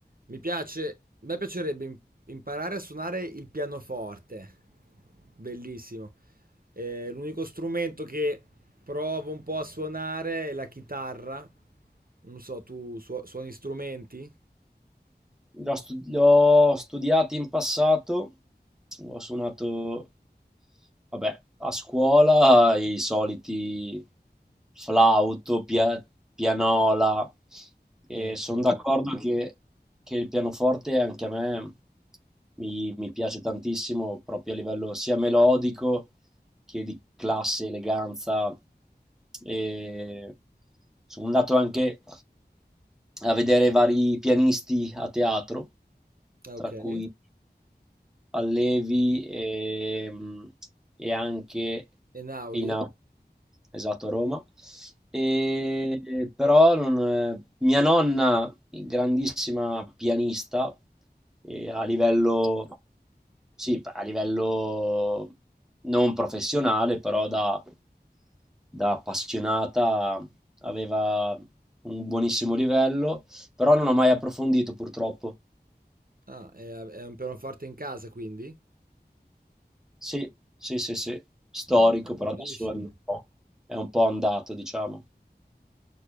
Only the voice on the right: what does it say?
Mi piace, a me piacerebbe im- imparare a suonare il pianoforte, bellissimo. Eh, l'unico strumento che provo un po' a suonare è la chitarra. Non so, tu suo- suoni strumenti?
Ah, ok.
Ah,
Ok. E
Naudi?
Ah, è, è un pianoforte in casa quindi?
Ah, bellissimo,